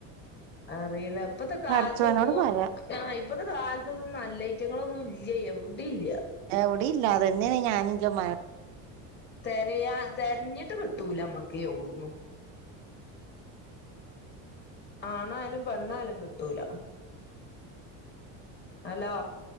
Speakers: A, on the left; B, on the right.
A: അറിയില്ല ഇപ്പത്തെ കാലത്തൊന്നും
B: പടച്ചോനോട് പറയാ
A: ആഹ ഇപ്പത്തെ കാലത്തൊന്നും നല്ല ഐറ്റങ്ങളൊന്നും ഇല്ല എവിടെ ഇല്ല
B: എവിടെ ഇല്ല അതന്നെയ ഞാനി ഇൻജെഇമ്മാനോട്
A: തെരയാ തെരഞ്ഞിട്ട് കിട്ടൂല നമ്മക്ക് എവിടുന്നു ആണായാലും പെണ്ണായാലും കിട്ടൂല ഹലോ